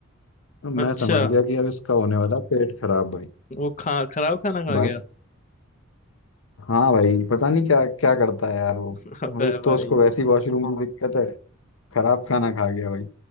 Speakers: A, on the left; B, on the left.
A: मैं
B: अच्छा
A: समझ गया कि अब इसका होने वाला पेट खराब भाई
B: वो खा खराब खाना
A: बस
B: खा गया
A: हाँ भाई पता नहीं क्या क्या करता है यार वो
B: अबे
A: वो एक
B: भाई
A: तो उसको वैसी वॉशरूम की हाँ दिक्कत है खराब खाना खा गया भाई